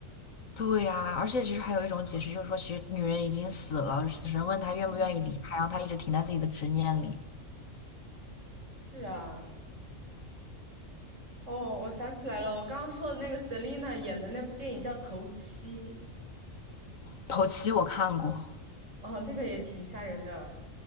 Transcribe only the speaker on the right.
嗯，
是啊。哦，我想起来了，我刚刚说的那个 Selina 演的那部电影叫《头七》，
啊、那个也挺吓人的。